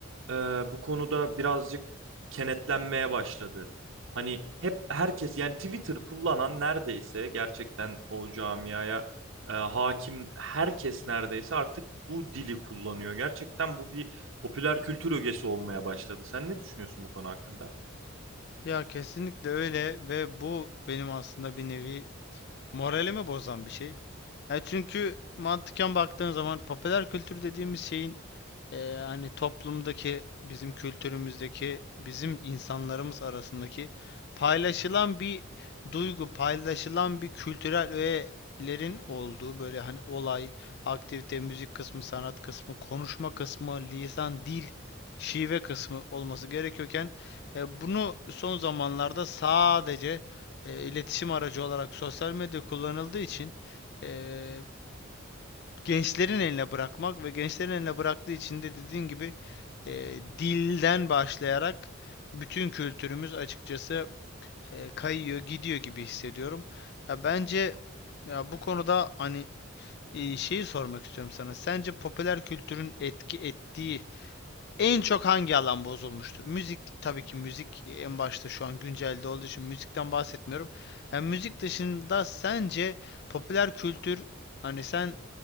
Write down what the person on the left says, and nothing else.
Ya kesinlikle öyle ve bu benim aslında bir nevi moralimi bozan bir şey. E çünkü mantıken baktığın zaman popüler kültür dediğimiz şeyin e, hani toplumdaki bizim kültürümüzdeki bizim insanlarımız arasındaki paylaşılan bir duygu, paylaşılan bir kültürel öğelerin olduğu böyle hani olay, aktivite, müzik kısmı, sanat kısmı, konuşma kısmı, lisan, dil, şive kısmı olması gerekiyorken e, bunu son zamanlarda sadece e, iletişim aracı olarak sosyal medya kullanıldığı için e, gençlerin eline bırakmak ve gençlerin eline bıraktığı için de dediğin gibi e, dilden başlayarak bütün kültürümüz açıkçası e, kayıyor, gidiyor gibi hissediyorum. Ya bence ya bu konuda hani e, şeyi sormak istiyorum sana. Sence popüler kültürün etki ettiği en çok hangi alan bozulmuştur? Müzik tabii ki müzik en başta şu an güncelde olduğu için müzikten bahsetmiyorum. Yani müzik dışında sence popüler kültür hani sen